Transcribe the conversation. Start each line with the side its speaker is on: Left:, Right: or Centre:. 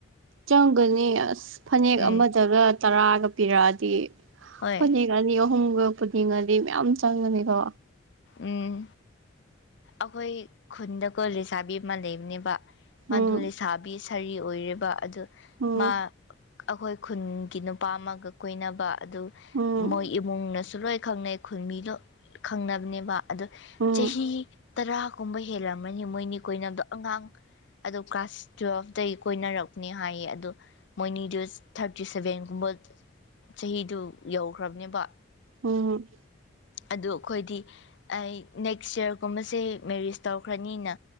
Right: ꯆꯪꯒꯅꯤ ꯑꯁ ꯐꯅꯦꯛ
Left: ꯎꯝ
Right: ꯑꯃꯗꯒ ꯇꯔꯥꯒ ꯄꯤꯔꯛꯑꯗꯤ
Left: ꯍꯣꯏ
Right: ꯐꯅꯦꯛ ꯔꯥꯅꯤ ꯑꯍꯨꯝꯒ ꯄꯨꯟꯅꯤꯡꯒꯗꯤ ꯃꯌꯥꯝ ꯆꯪꯒꯅꯤꯀꯣ
Left: ꯎꯝ ꯑꯩꯈꯣꯏ ꯈꯨꯟꯗꯀꯣ ꯂꯩꯁꯥꯕꯤ ꯑꯃ ꯂꯩꯕꯅꯦꯕ ꯃꯗꯨ
Right: ꯎꯝ
Left: ꯂꯩꯁꯥꯕꯤ ꯁꯥꯔꯤ ꯑꯣꯏꯦꯔꯤꯕ ꯑꯗꯨ
Right: ꯎꯝ
Left: ꯃꯥ ꯑꯩꯈꯣꯏ ꯈꯨꯟꯒꯤ ꯅꯨꯄꯥ ꯑꯃꯒ ꯀꯨꯏꯅꯕ ꯑꯗꯨ
Right: ꯎꯝ
Left: ꯃꯣꯏ ꯏꯃꯨꯡꯅꯁꯨ ꯂꯣꯏ ꯈꯪꯅꯩ ꯈꯨꯟ ꯃꯤꯗꯣ ꯈꯪꯅꯕꯅꯦꯕ ꯑꯗꯣ
Right: ꯎꯝ
Left: ꯆꯍꯤ ꯇꯔꯥꯒꯨꯝꯕ ꯍꯦꯜꯂꯝꯃꯅꯤ ꯃꯣꯏꯅꯤ ꯀꯣꯏꯅꯕꯗꯣ ꯑꯉꯥꯡ ꯑꯗꯨ ꯀ꯭ꯂꯥꯁ ꯇꯨꯋꯦꯜꯐꯇꯒꯤ ꯀꯣꯏꯅꯔꯛꯄꯅꯦ ꯍꯥꯏꯌꯦ ꯑꯗꯨ ꯃꯣꯏꯅꯤꯗꯨ ꯊꯥꯔꯇꯤ ꯁꯚꯦꯟꯒꯨꯝꯕ ꯆꯍꯤꯗꯨ ꯌꯧꯈ꯭ꯔꯕꯅꯦꯕ
Right: ꯎꯝ
Left: ꯑꯗꯨ ꯑꯩꯈꯣꯏꯗꯤ ꯑꯩ ꯅꯦꯛꯁ ꯌꯔꯒꯨꯝꯕꯁꯦ ꯃꯦꯔꯤꯁ ꯇꯧꯈ꯭ꯔꯅꯤꯅ